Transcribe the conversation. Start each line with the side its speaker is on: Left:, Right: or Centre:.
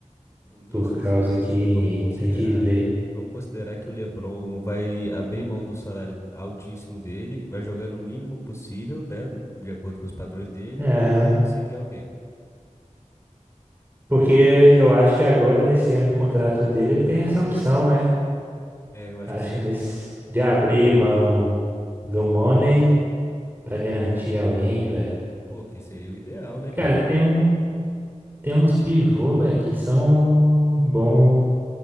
Left: Nisso,
Right: Por causa
Left: sim.
Right: que
Left: Vamos considerar,
Right: tem que ver.
Left: vamos considerar que o LeBron vai abrir mão do salário altíssimo dele, vai jogar no mínimo possível, né, de acordo com os padrões dele,
Right: Aham.
Left: e a gente vai conseguir alguém.
Right: Porque eu acho que agora, nesse ano do contrato dele, ele tem essa opção, né?
Left: É, eu acho
Right: Acho
Left: que sim.
Right: que nesse de abrir mão do money pra garantir alguém, velho.
Left: Pô, que seria o ideal, né,
Right: Cara,
Left: cara?
Right: tem um, tem uns pivô, velho, que são bom